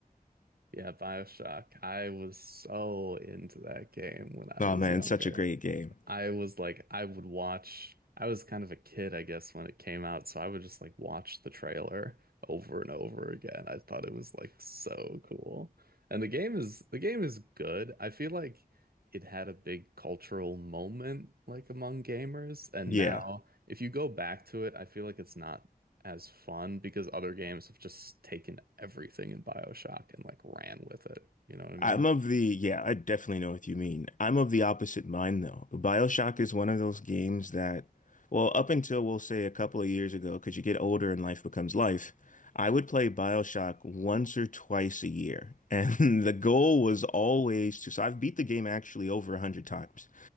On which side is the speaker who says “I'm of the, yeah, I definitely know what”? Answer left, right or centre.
Left